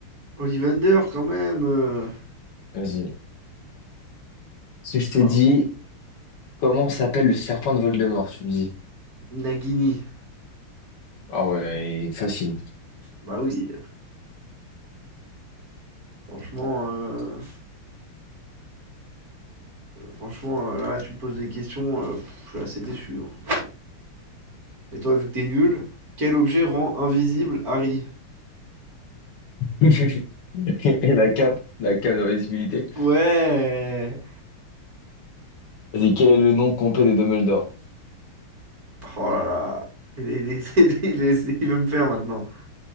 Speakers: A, on the right; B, on the left.
A: Ollivander, quand même. euh,
B: Vas-y. Si je te
A: Voilà.
B: dis comment s'appelle le serpent de Voldemort, tu me dis.
A: Nagini.
B: Ah ouais, facile.
A: Bah oui, franchement, euh, franchement, euh, là, tu me poses des questions, euh, pff, je suis assez déçu. hein. Et toi, vu que t'es nul, quel objet rend invisible Harry?
B: <laughs> Et la cape, la cape de d'invisibilité.
A: Ouais!
B: Vas-y, quel est le nom complet de Dumbledore?
A: Oh là là, il, est- il est- <laughs> il est- il est- il veut me faire maintenant.